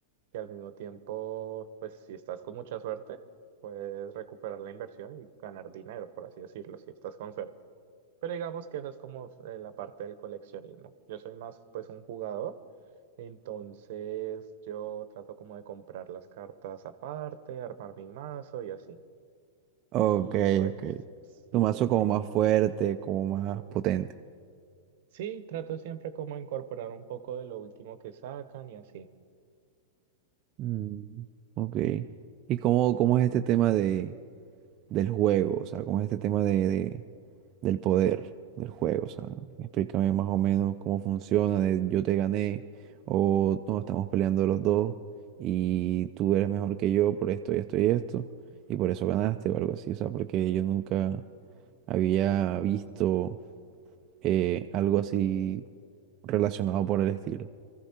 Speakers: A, on the right (about 60°); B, on the right (about 40°).
A: que al mismo tiempo, pues si estás con mucha suerte, puedes recuperar la inversión y ganar dinero, por así decirlo, si estás con suerte. Pero digamos que eso es como eh, la parte del coleccionismo. Yo soy más pues un jugador, entonces yo trato como de comprar las cartas aparte, armar mi mazo y así.
B: Ok,
A: Y pues
B: ok.
A: sí,
B: Tu mazo como
A: y-
B: más fuerte, como más potente.
A: sí, trato siempre como incorporar un poco de lo último que sacan y así.
B: Mm. Ok. ¿Y cómo, cómo es este tema de, del juego? O sea, ¿cómo es este tema de, de- del poder del juego? O sea, explícame más o menos cómo funciona, de yo te gané, o no, estamos peleando los dos, y tú eres mejor que yo por esto y esto y esto, y por eso ganaste o algo así. O sea, porque yo nunca había visto eh, algo así relacionado por el estilo.